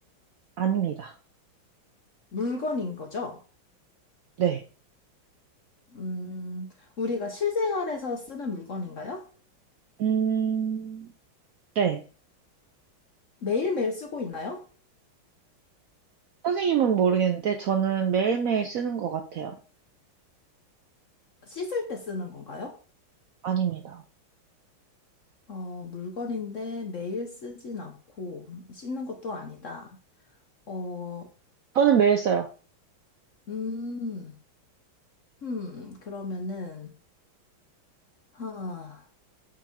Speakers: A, on the right; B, on the left.
A: 아닙니다.
B: 물건인 거죠?
A: 네.
B: 음, 우리가 실생활에서 쓰는 물건인가요?
A: 음, 네.
B: 매일매일 쓰고 있나요?
A: 선생님은 모르겠는데 저는 매일매일 쓰는 것 같아요.
B: 씻을 때 쓰는 건가요?
A: 아닙니다.
B: 어, 물건인데 매일 쓰진 않고 씻는 것도 아니다. 어,
A: 저는 매일 써요.
B: 음, 음, 그러면은, 하,